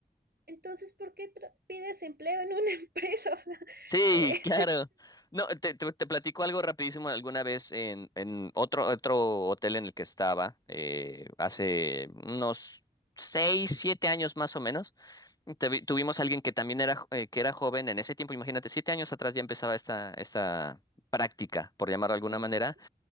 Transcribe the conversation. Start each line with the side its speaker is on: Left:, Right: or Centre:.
Right: entonces ¿por qué tra- pides empleo en una <laughs> empresa? O sea,
Left: Sí,
Right: eh,
Left: <laughs> claro. No, te, te, te platico algo rapidísimo. Alguna vez en, en otro, otro hotel en el que estaba, eh, hace unos seis, siete años más o menos, Tevi- tuvimos a alguien que también era, jo- eh, que era joven en ese tiempo, imagínate, siete años atrás ya empezaba esta, esta práctica, por llamarlo de alguna
Right: Ujú,
Left: manera.